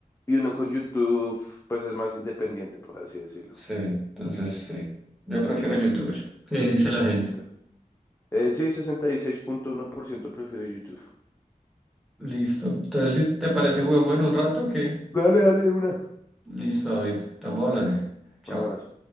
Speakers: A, on the left; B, in the centre.
A: y uno con YouTube, pues es más independiente, por así decirlo.
B: Sí, entonces sí. Yo prefiero
A: Bueno,
B: youtuber. ¿Qué dice la gente?
A: ok. Eh, sí, sesenta y seis punto uno por ciento prefiere YouTube.
B: Listo. Entonces, si te parece, jugamos en un rato, ¿qué?
A: Dale, dale, una.
B: Listo, David. Estamos
A: Vale.
B: hablando. Chao.
A: Un abrazo.